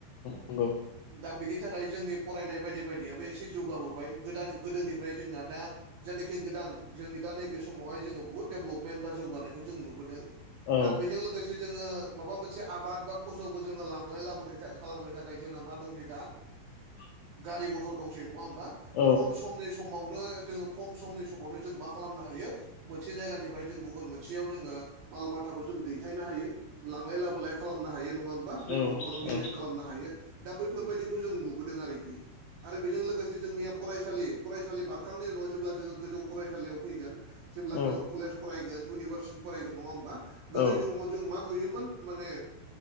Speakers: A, on the left; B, on the right.
A: नंगौ
B: दा बिनि थाखाय जोंनि फरायनाय बायदि बायदियाबो एसे जौगाबोबाय गोदान गोदोनिफ्राय जोंना दा जेनाखि गोदान जोंनि दा नैबे समावहाय जोङो बहुत डेभेलपमेन्ट बा जौगानायखौ जों नुबोदों।
A: औ नंगौ
B: आर बेजों लो गोसे जोङो माबा मोनसे आबाद बा फसलखौ जोङो लांलाय लाबोलाय था खालामो थाखाय जोंना मा दंसै दा
A: <inaudible>
B: गारि मथर दंसै नङा होमबा
A: औ
B: खम समनिस समावनो जोङो खम समनि समावनो जों मा खालामनो हायो? मोनसे जायगानिफ्राय जों गुबुन मोनसेयाव जोङो माल माथ थाखौ जों दैथायनो हायो लांलाय लाबोलाय खालामनो हायो नङा ओमबा बेफार
A: औ
B: फालांगि
A: औ
B: जों खालाम नो हायो दा बैफोरबायदिखौ जों नुबोदों आरोखि। आरो बेजों लोगोसे जोंनिया फरायसालि फरायसालि बारखांनायनि उनाव जेब्ला जोङो गोजौ फरायसालियाव फैगोन जेब्ला जोङो
A: औ
B: कलेज फरायगोन उनिभारसि फरायगोन नङा ओमबा
A: औ
B: गोदोनि समाव जों मा नुयोमोन माने